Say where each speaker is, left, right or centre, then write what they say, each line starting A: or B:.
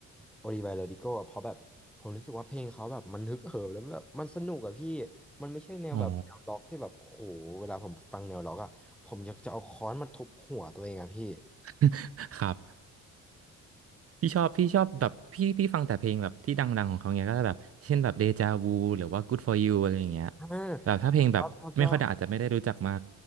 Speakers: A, in the centre; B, on the right.
A: โอลิไวาโรดิโกะเพราะแบบผมรู้สึกว่าเพลงเขาแบบมันฮึกเหิมแล้วแบบมันสนุกอะพี่มันไม่ใช่แนวแบบแนวล็อกที่แบบโอ้โหเวลาผมฟังแนวล็อกอะผมอยากจะเอาค้อนมาทุบหัวตัวเองอะพี่
B: อ๋อ <laughs> ครับ พี่ชอบพี่ชอบแบบพี่พี่ฟังแต่เพลงแบบที่ดังๆของเขาเนี้ยก็แบบเช่นแบบเดจาวูหรือว่า Good for You อะไรอย่างเงี้ย
A: อ่า
B: แบบถ้าเพลงแบบไม่ค่อยดังอาจจะไม่ได้รู้จักมาก
A: ชอบชอบชอบ